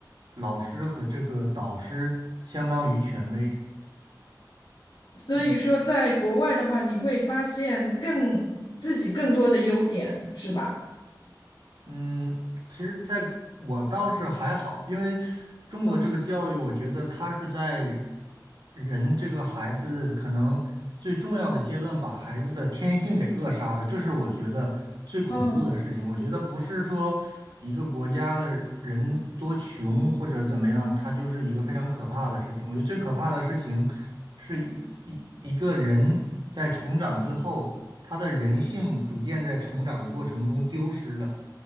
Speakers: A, on the right (about 80°); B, on the left (about 75°).
A: 老师和这个导师相当于权威，
B: 所以说在国外的话，
A: 嗯
B: 你会发现更自己更多的优点，是吧？
A: 嗯，其实在我倒是还好，因为中国这个教育，
B: 嗯
A: 我觉得它是在人这个孩子可能最重要的阶段，把孩子的天性给扼杀了，这是我觉得最恐怖的事情。
B: 嗯。
A: 我觉得不是说一个国家的人多穷或者怎么样，它就是一个非常可怕的事情。我觉得最可怕的事情是一一一个人在成长之后，他的人性逐渐在成长的过程中丢失了。